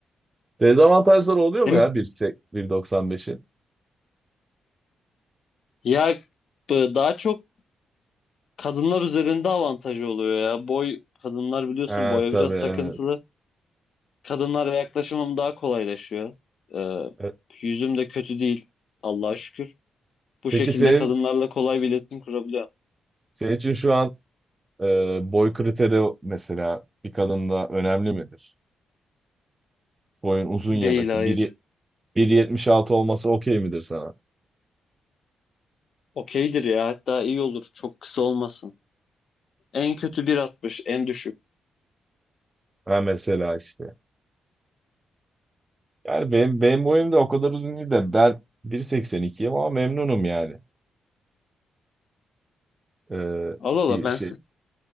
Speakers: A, on the right; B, on the left.
A: Dezavantajları oluyor
B: Senin
A: mu ya 1.8 1.95'in?
B: ya b- daha çok kadınlar üzerinde avantajı oluyor ya. Boy kadınlar biliyorsun
A: Ha
B: boya
A: tabii
B: biraz
A: evet.
B: takıntılı. Kadınlara yaklaşımım daha kolaylaşıyor. Ee,
A: E,
B: yüzüm de kötü değil Allah'a şükür. Bu şekilde
A: Peki senin
B: kadınlarla kolay bir iletişim kurabiliyor.
A: senin için şu an e, boy kriteri mesela bir kadında önemli midir? Boyun uzun
B: Değil
A: yemesi.
B: hayır.
A: 1 1.76 olması okey midir sana?
B: Okeydir ya hatta iyi olur çok kısa olmasın. En kötü 1.60 en düşük.
A: Ha mesela işte. Yani benim, benim boyum da o kadar uzun değil de ben 1.82'yim ama memnunum yani. E,
B: Allah Allah
A: bir
B: ben
A: şey